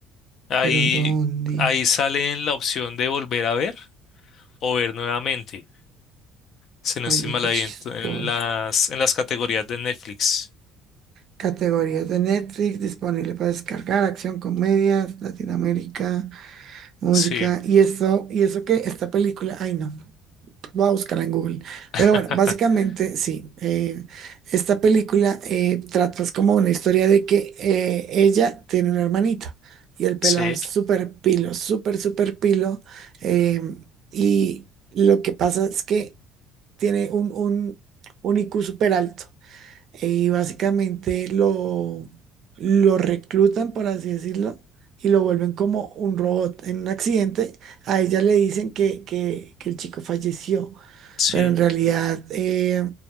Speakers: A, on the left; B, on the right.
A: Ahí,
B: pero ¿dónde?
A: ahí sale en la opción de volver a ver o ver nuevamente. Si no estoy
B: Oye,
A: mal
B: qué
A: ahí
B: chistoso.
A: en, en las, en las categorías de Netflix.
B: Categorías de Netflix disponible para descargar, acción, comedias, Latinoamérica, música.
A: Sí,
B: Y eso, y eso que esta película, ay no, voy a buscarla en Google.
A: <laughs>
B: Pero bueno, básicamente sí, eh, esta película eh, trata es como una historia de que eh, ella tiene una hermanita y el pelado
A: sí,
B: es súper pilo, súper, súper pilo. em, y lo que pasa es que tiene un, un, un I Q súper alto. y básicamente lo, lo reclutan, por así decirlo, y lo vuelven como un robot. En un accidente, a ella le dicen que, que, que el chico falleció,
A: sí,
B: pero en realidad eh,